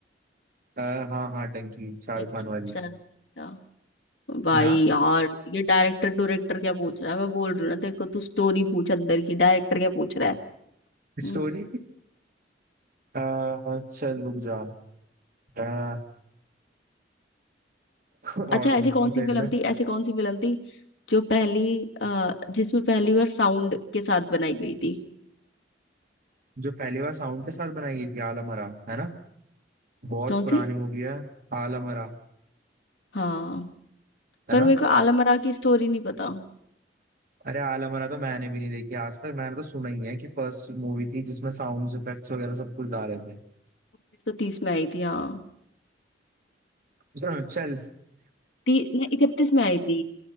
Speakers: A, on the right; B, on the left.
A: आ, हाँ हाँ डंकी शाहरुख
B: थैंक
A: खान वाली
B: शाहरुख खान का। भाई
A: है ना
B: यार ये डायरेक्टर डायरेक्टर क्या पूछ रहा है मैं बोल रही हूँ ना तेरे को तू स्टोरी पूछ अंदर की डायरेक्टर क्या पूछ रहा है हम्म।
A: स्टोरी आ, चल रुक जा आ, और
B: अच्छा
A: ढूंढता
B: ऐसी कौन
A: हूँ
B: सी
A: तेरे
B: फिल्म
A: लिए
B: थी ऐसी कौन सी फिल्म थी जो पहली अ, जिसमें पहली बार साउंड के साथ बनाई गई थी
A: जो पहली बार साउंड के साथ बनाई गई थी आलमरा है ना बहुत
B: कौन
A: पुरानी
B: सी
A: मूवी है आलमरा
B: हाँ
A: है
B: पर
A: ना
B: मेरे को आलम आरा की स्टोरी नहीं पता
A: अरे आलमरा तो मैंने भी नहीं देखी आज तक मैंने तो सुना ही है कि फर्स्ट मूवी थी जिसमें साउंड इफेक्ट्स वगैरह सब कुछ डाले थे
B: उन्नीस सौ तीस में आई थी हाँ
A: <clears throat> चल
B: ती, नहीं इकतीस में आई थी